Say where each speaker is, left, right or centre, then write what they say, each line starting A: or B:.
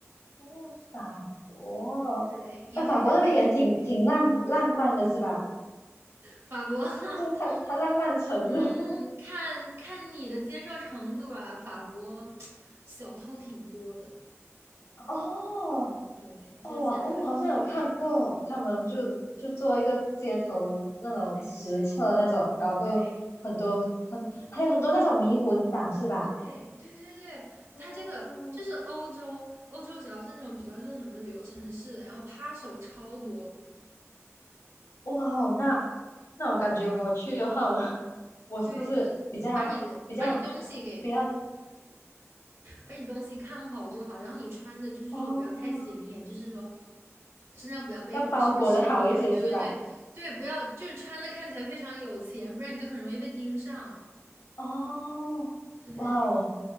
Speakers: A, on the left (about 65°); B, on the right (about 60°).
A: 哦，法国，
B: 对，因为
A: 那、法国那边也挺挺浪浪漫的，
B: <laughs> 对
A: 是吧？
B: 法国，
A: 就它它浪漫城是吧
B: <laughs> 嗯，看看你的接受程度吧。法国 <tsk> 小偷挺多的，
A: <laughs> 哦
B: 对，其实现在对对
A: 哦，我哦我好像有看过，他们就就做一个街头那种实测那种，
B: 对对，
A: 然后够很多很还有很多那种迷魂党是吧？
B: 对对对对对，
A: 哦，
B: 它这个就是欧洲，欧洲只要是那种比较热门的旅游城市，然后扒手超多。
A: 哇哦，那那我感觉我去的话，我我是不是比较比较
B: 对，就是把你的把你东西给
A: 比较
B: 把你东西看好就好，然后你穿的就是说不要太显眼，
A: 哦，
B: 就是说身上不要背什么奢侈品啊对对对对，
A: 要包裹的好一些是吧？
B: 不要就是穿的看起来非常有钱，不然你就很容易被盯上。
A: 哦，
B: 对，
A: 哇哦，